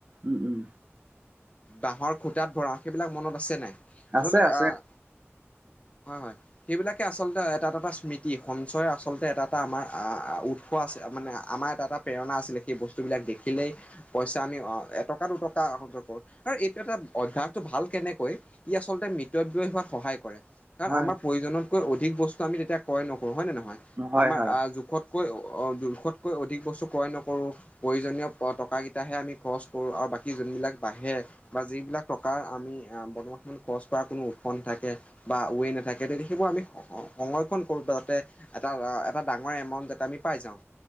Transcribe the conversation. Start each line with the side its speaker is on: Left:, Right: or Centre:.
Right: উম উম
Left: বাঁহৰ খুটাত ভৰাও, সেইবিলাক মনত আছে নাই? আচলতে
Right: আছে আছে
Left: আহ', হয়', - হয়', সেইবিলাকে আচলতে এটা- এটা স্মৃতি, সঞ্চয় আচলতে এটা -এটা আমাৰ অ', -অ', উৎস আছে মানে আমাৰ এটা- এটা প্ৰেৰণা আছিলে, সেই বস্তুবিলাক দেখিলেই', পইচা আমি অহ', এটকা, দুটকা সঞ্চয় কৰো, আৰু এইটো এটা অভ্যাসটো ভাল কেনেকৈ', ই আচলতে মতৱ্যয় হোৱাত সহায় কৰে। কাৰণ
Right: হয়
Left: আমাৰ প্ৰয়োজনতকৈ অধিক বস্তু আমি তেতিয়া ক্ৰয় নকৰোঁ হয় নে নহয়,
Right: হয়
Left: আমাৰ
Right: হয়
Left: অ', জোখত', কৈ অহ', জোখতকৈ অধিক বস্তু ক্ৰয় নকৰোঁ, প্ৰয়োজনীয়', টকাকেইটাহে আমি খৰচ কৰোঁ, আৰু বাকী যোনবিলাক বাহে', বা যিবিলাক টকাৰ আমি বৰ্তমান সময়ত খৰচ কৰা কোনো উৎস নাথাকে', বা ওৱে নাথাকে তেতিয়া দেখিব আমি, স', -স', -স', - সংৰক্ষণ কৰোঁ যাতে', এটা, এটা ডাঙৰ এমাউণ্ট এটা আমি পাই যাওঁ।